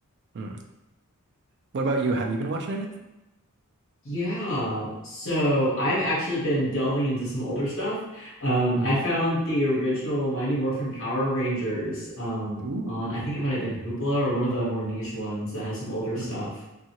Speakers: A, on the right; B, on the left.
A: Mm. What about you? Have you been watching anything?
B: Yeah, so I've actually been delving into some older stuff. Um,
A: hmm
B: I found the original Mighty Morphin Power Rangers um,
A: Ooh.
B: on, I think it might have been Hoopla or one of the more niche ones that has some older stuff.
A: hmm